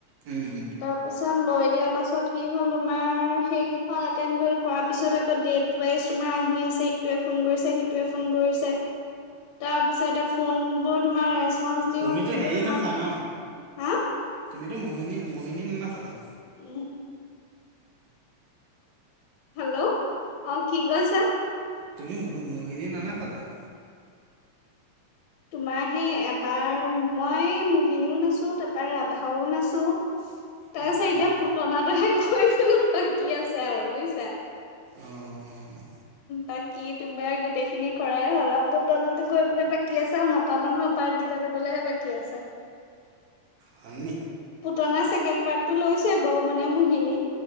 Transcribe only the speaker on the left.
তাৰপিছত লৈ দিয়াৰ পাছত কি হ'ল তোমাৰ সেইকেইখন এটেণ্ড কৰি কৰাৰ পিছত আকৌ ডেট টোৱাইছ তোমাৰ আহি আছে ইটোৱে ফোন কৰিছে, সিটোৱে ফোন কৰিছে। তাৰপিছত এতিয়া ফোনবোৰ তোমাৰ ৰেচপন্ঞ্চ দিও,
কিন্তু
তোমাৰ-
হা
উম। হেল্ল', অঁ কি কৈছা?
তোমাৰ সেই এবাৰ মই মোহিনীও নাচো তাৰপৰা ৰাধাও নাচো। তাৰ
পিছত এতিয়া
পুতলাটোৱেহে কৰিবলে বাকী আছে আৰু বুজিছা।
বাকী তোমাৰ গোটেই খিনি কৰাই হ'ল, পতনাতো গৈ পেলাই বাকী আছে আৰু ম- মতা মানুহৰ পাৰ্ট কেইটা ল'বলেহে বাকী আছে।
পুটনাৰ চেকেণ্ড পাৰ্ট- টো লৈছে বাৰু মানে মহিনী